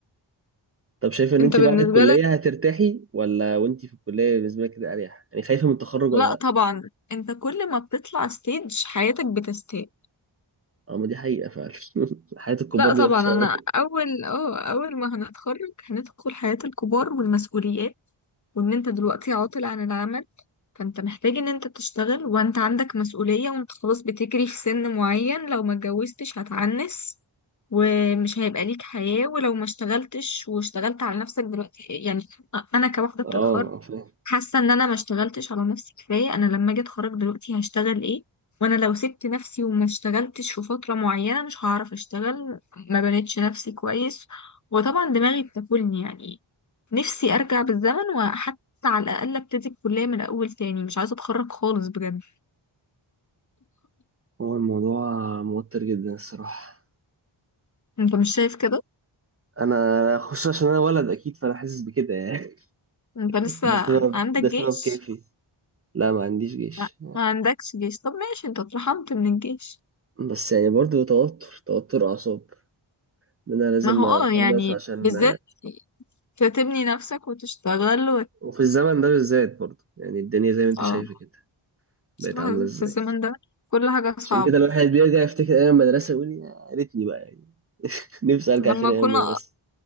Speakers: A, on the right; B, on the left.
A: طب شايفة إن
B: انت
A: أنت
B: بالنسبه
A: بعد الكلية
B: لك
A: هترتاحي ولا وأنت في الكلية بالنسبة لك كده أريح؟ يعني خايفة من التخرج ولا
B: لا
A: لأ؟
B: طبعا انت كل ما بتطلع ستيج حياتك بتستاهل
A: أه ما دي حقيقة فعلا <laughs> حياة الكبار
B: لا طبعا
A: دي وحشة
B: انا
A: أوي
B: اول اه اول ما هنتخرج هندخل حياة الكبار والمسؤوليات وان انت دلوقتي عاطل عن العمل فانت محتاج ان انت تشتغل وانت عندك مسؤولية وانت خلاص بتجري في سن معين لو ما اتجوزتش هتعنس ومش هيبقى ليك حياة ولو ما اشتغلتش واشتغلت على نفسك دلوقتي يعني انا كواحدة بتتخرج
A: <laughs> أه فاهم
B: حاسه ان انا ما اشتغلتش على نفسي كفايه انا لما اجي اتخرج دلوقتي هشتغل ايه وانا لو سبت نفسي وما اشتغلتش في فتره معينه مش هعرف اشتغل ما بنيتش نفسي كويس وطبعا دماغي بتاكلني يعني نفسي ارجع بالزمن وحتى على الاقل ابتدي الكليه من الاول تاني مش عايزه اتخرج خالص بجد
A: هو الموضوع موتر جدا الصراحة
B: انت مش شايف كده
A: انا خصوصا عشان انا ولد اكيد فانا حاسس بكده يعني
B: انت
A: <laughs>
B: لسه
A: ده سبب
B: عندك
A: ده
B: جيش
A: سبب كافي لا ما عنديش جيش
B: ما ما عندكش جيش طب ماشي انت اترحمت من الجيش
A: بس يعني برضو توتر توتر اعصاب ان انا لازم
B: ما هو اه
A: اخلص
B: يعني
A: عشان
B: بالذات تبني نفسك وتشتغل وت...
A: وفي الزمن ده بالذات برضو يعني الدنيا زي ما انت
B: اه
A: شايفه كده
B: بصراحة
A: بقت عامله ازاي
B: في الزمن ده كل حاجة صعبة
A: عشان كده الواحد بيرجع يفتكر ايام المدرسه يقول يا ريتني بقى يعني <laughs> نفسي ارجع
B: لما
A: تاني
B: كنا
A: ايام المدرسه